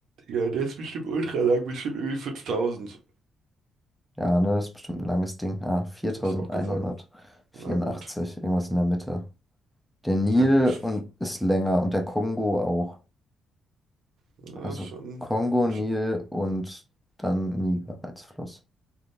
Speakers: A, on the right; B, in the centre.
A: Ja, der ist bestimmt ultra lang, bestimmt irgendwie 5000.
B: Ja, ne, das ist bestimmt ein langes Ding. Ah, 4184,
A: Hätte ich auch gesagt. Na gut.
B: irgendwas in der Mitte. Der Nil
A: Na gut.
B: und ist länger und der Kongo auch.
A: Ja,
B: Also
A: schon,
B: Kongo, Nil
A: schon,
B: und dann Niger als Fluss.